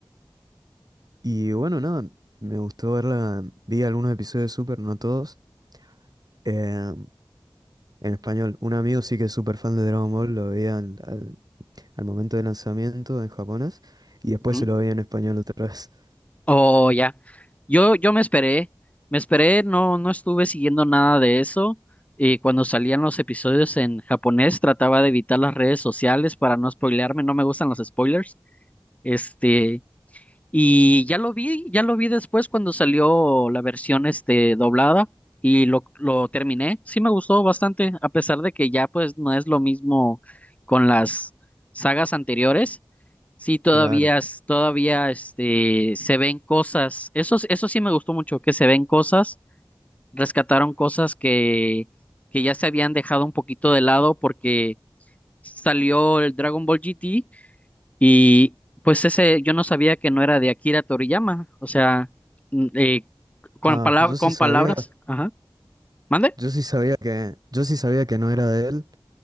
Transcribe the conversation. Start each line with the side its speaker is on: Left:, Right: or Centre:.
Right: Y bueno, nada, me gustó verla. Vi algunos episodios de Super, no todos. eh, en español, un amigo sí que es súper fan de Dragon Ball, lo veía al, al- al momento del lanzamiento en japonés y después
Left: Ujú.
Right: se lo veía en español otra vez. <laughs>
Left: Oh, ya. Yo, yo me esperé, me esperé, no, no estuve siguiendo nada de eso. Y cuando salían los episodios en japonés, trataba de evitar las redes sociales para no spoilearme. No me gustan los spoilers. Este, y ya lo vi, ya lo vi después cuando salió la versión, este, doblada y lo, lo terminé. Sí me gustó bastante, a pesar de que ya pues no es lo mismo con las sagas anteriores. Sí, todavía,
Right: Claro.
Left: es- todavía este, se ven cosas. Eso, s- eso sí me gustó mucho, que se ven cosas, rescataron cosas que, que ya se habían dejado un poquito de lado porque salió el Dragon Ball GT y pues ese yo no sabía que no era de Akira Toriyama. O sea, mm, eh, con
Right: Ah,
Left: palab-
Right: yo sí
Left: con
Right: sabía,
Left: palabras. Ajá. ¿Mande?
Right: yo sí sabía que, yo sí sabía que no era de él,